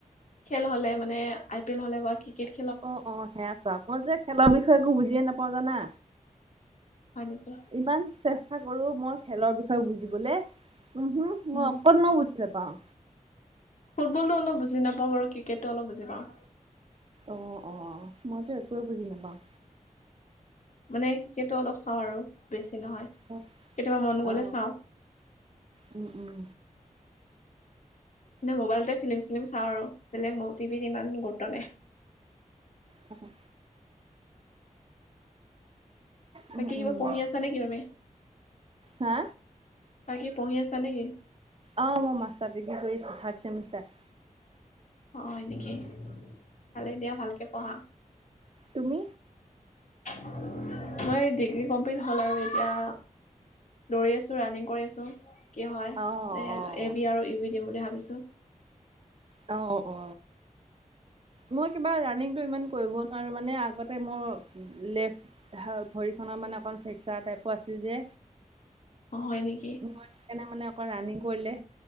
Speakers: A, on the left; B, on the right.
A: খেল হ'লে মানে- আই পি এল হলে বা ক্ৰিকেট‌।
B: অ, অ সেয়া চোৱা মই যে-খেলৰ বিষয়ে একো বুজিয়ে নাপাওঁ জানা।
A: হয় নেকি?
B: ইমান চেষ্টা কৰো মই খেলৰ বিষয়ে বুজিবলে। উমহু
A: উম
B: মই অকনো নাপাওঁ।
A: ফুবলতটো অলপ বুজি নাপাওঁ বাৰু, ক্ৰিকেটতো অলপ বুজি পাওঁ।
B: অ, অ মইতো একোৱে বুজি নাপাওঁ।
A: মানে, ক্ৰিকেটতো অলপ চাওঁ আৰু বেছি নহয়।
B: অ,
A: কেতিয়াবা মন গ'লে
B: অ,
A: চাওঁ
B: উম উম!
A: এনে, মোবাইলতে ফিলিম-চিলিম চাওঁ আৰু। বেলেগ ম টিভিত ইমান গুৰুত্ব নাই।
B: অ, উম,
A: বাকী কিবা
B: উম,
A: পঢ়ি আছা নেকি তুমি,
B: হা
A: বাকী পঢ়ি আছা নেকি?
B: অ মই মাষ্টাৰ ডিগ্ৰী কৰি আছো, থাৰ্ড ছেমিষ্টাৰ।
A: অ হয় নেকি? ভালে দিয়া ভালকে পঢ়া।
B: তুমি?
A: মই ডিগ্ৰী কমপ্লিট হল আৰু, এতিয়া দৌৰি আছো, ৰানিং কৰি আছো, কি হয়
B: অ',
A: এই এবি আৰু ইউ বি দিম বুলি ভাবিছোঁ।
B: অ, অ মই কিবা ৰানিংটো ইমান কৰিব নোৱাৰো, মানে আগতে মোৰ লেফ ভৰিখনৰ মানে অকন ফেকচাৰ টাইপৰ আছিল যে।
A: হয় নেকি
B: সেইকাৰণে মানে অকণ ৰানিং কৰিলে,